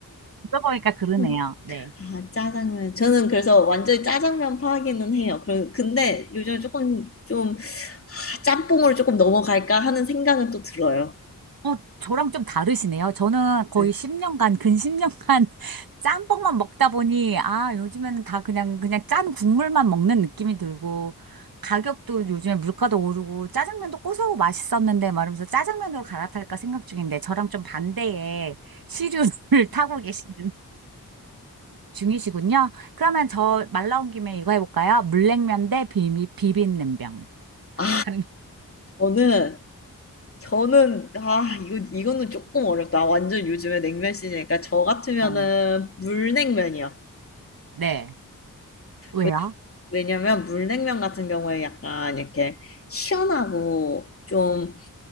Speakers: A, on the right; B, on the left.
A: 들어보니까 그러네요.
B: 음,
A: 네.
B: 아 짜장면 저는 그래서 완전히 짜장면 파기는 해요. 그 근데 요즘 조금 좀 아, 짬뽕으로 조금 넘어갈까 하는 생각은 또 들어요.
A: 어, 저랑 좀 다르시네요. 저는 거의
B: 네.
A: 10년간, 근 10년간 <laughs> 짬뽕만 먹다 보니, 아, 요즘에는 다 그냥, 그냥 짠 국물만 먹는 느낌이 들고, 가격도 요즘에 물가도 오르고, 짜장면도 고소하고 맛있었는데, 말하면서 짜장면으로 갈아탈까 생각 중인데, 저랑 좀 반대의 시류를 <laughs> 타고 계신 중이시군요. 그러면 저 말 나온 김에 이거 해볼까요? 물냉면 대 비비, 비빔냉면.
B: 아,
A: 발음이.
B: 저는 저는 아 이거 이거는 조금 어렵다. 완전 요즘에 냉면 시즌이니까 저 같으면은
A: 어,
B: 물냉면이요.
A: 네. 왜요?
B: 왜냐, 왜냐면 물냉면 같은 경우에 약간 이렇게 시원하고 좀